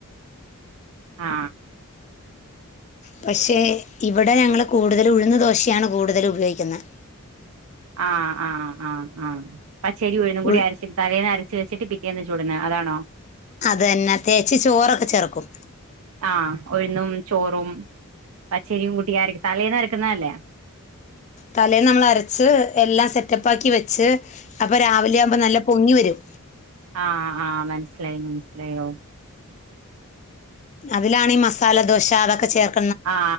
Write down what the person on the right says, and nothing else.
ആ
ആ ആ ആ ആ പച്ചരി ഉഴുന്നും കൂടി
അരച്ചി തലേന്ന് അരച്ച് വെച്ചിട്ട് പിറ്റേന്ന് ചുടുന്നത് അതാണോ
ആഹ ഒഴുന്നും ചോറും പച്ചരിയും കൂട്ടി അരക്ക് തലേന്ന് തലേന്ന അരക്കുന്ന അല്ലേ
ആ ആ മനസ്സിലായി മനസ്സിലായി ഓ
ആ